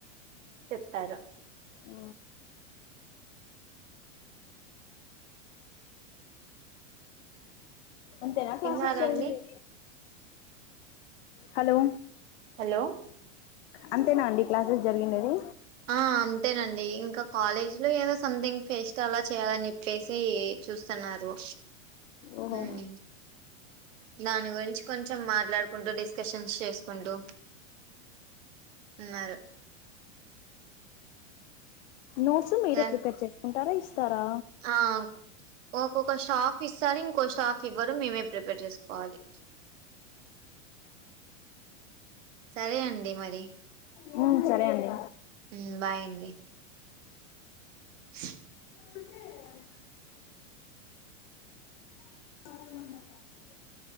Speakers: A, on the right; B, on the left.
A: చెప్తారు
B: ఊ అంతేనా క్లాసెస్
A: తిన్నారండి
B: జరిగేది హలో
A: హలో
B: అంతెనా అండి క్లాసెస్ జరిగింనడేది
A: ఆ అంతేనండి ఇంకా కాలేజ్ లో ఏదో సంథింగ్ ఫెస్ట్ అలా చేయాలని జెప్పేసి చూస్తున్నారు
B: ఓహో
A: ఉమ్ దాని గురించి కొంచెం మాట్లాడుకుంటూ డిస్కషన్స్ చేసుకుంటూ ఉన్నారు
B: నోట్స్ మీరే
A: సార్
B: ప్రిపేర్ చేసుకుంటారా ఇస్ తరా
A: ఆ ఒక్కొక్క స్టాఫ్ ఇస్తార్ ఇంకో స్టాఫ్ ఇవ్వ వరు మేమే ప్రిపేర్ చేసుకోవాలి సరే అండి మరి
B: అ <unintelligible> ఉమ్ సరే అండి
A: ఉమ్ బై అండి స్
B: పిన్ని అ